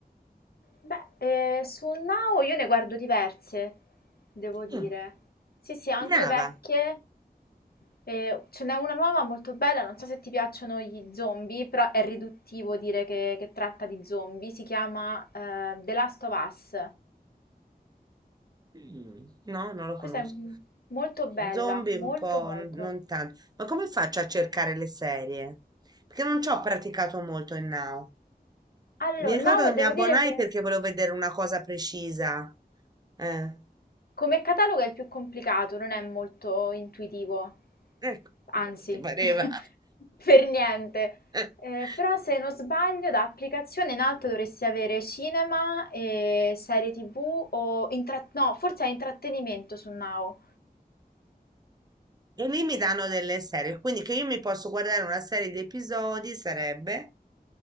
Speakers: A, on the left; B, on the right.
A: Beh, eh, su Now io ne guardo diverse, devo dire.
B: Mm,
A: Sì, sì, anche
B: Brava.
A: vecchie. Eh, ce n'è una nuova molto bella, non so se ti piacciono gli zombie, però è riduttivo dire che, che tratta di zombie. Si chiama eh, The Last of Us.
B: mm. No, non lo
A: Questa
B: conosco.
A: è m- molto bella,
B: Zombie
A: molto
B: un po',
A: molto.
B: n- non tanto. Ma come faccio a cercare le serie? Perché non ci ho praticato molto in Now.
A: Allora,
B: Mi ricordo
A: Now
B: che mi
A: devo
B: abbonai
A: dire che
B: perché volevo vedere una cosa precisa. Eh,
A: come catalogo è il più complicato, non è molto intuitivo.
B: ecco,
A: Anzi,
B: ti pareva.
A: <laughs> per niente.
B: <laughs>
A: Eh, però se non sbaglio, da applicazione in alto dovresti avere cinema e serie TV o intra- no, forse è intrattenimento su Now.
B: E lì mi danno delle serie, quindi che io mi posso guardare una serie di episodi sarebbe.